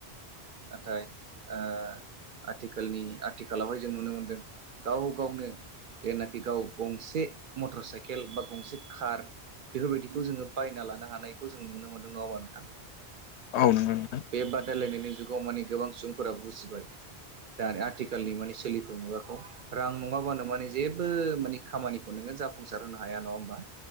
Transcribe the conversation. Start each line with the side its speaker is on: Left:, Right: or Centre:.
Right: नाथाय ओ आथिखालनि आथिखालावहाय जों नुनो मोनदों गाव गावनो जेनाखि गाव गंसे मटर साइकेल बा गंसे कार बेफोरबायदिखौ जोङो बायना लानो हानायखौ जों नुनो मोनदों। नङा होमबा नोंथां?
Left: औ नंगौ नोंथां।
Right: बे बादायलायनायनि जुगाव माने गोबां सुबुंफोरा बुजिबाय। दानि आथिखालनि माने सोलिफु मुगाखौ रां नङाबानो माने जेबो माने खामानि खौ नोङो जाफुंसार होनो हाया नङा होमबा